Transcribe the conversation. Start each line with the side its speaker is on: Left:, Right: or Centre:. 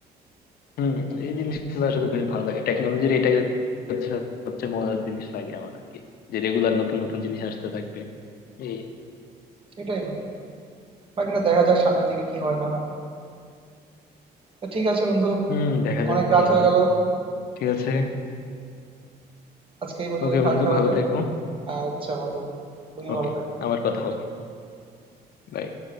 Left: হুম এই জিনিসগুলো আসলে খুবই ভালো লাগে টেকনোলজির এটাই হচ্ছে সবচেয়ে মজার জিনিস লাগে আমার আর কি যে রেগুলার নতুন নতুন জিনিস আসতে থাকবে এই
Right: সেটাই বন্ধু বাকিটা দেখা যাক সামনের দিকে কি হয় না হয় তো ঠিক আছে বন্ধু
Left: হুম দেখা যাক
Right: অনেক রাত
Left: কি
Right: হয়ে
Left: হয়
Right: গেল
Left: ঠিক আছে
Right: আজকে এই পর্যন্ত
Left: ওকে
Right: থাক
Left: বন্ধু
Right: তাহলে
Left: ভালো থেকো
Right: আচ্ছা বন্ধু তুমিও
Left: ওকে
Right: ভালো থেকো
Left: আবার কথা হবে Bye.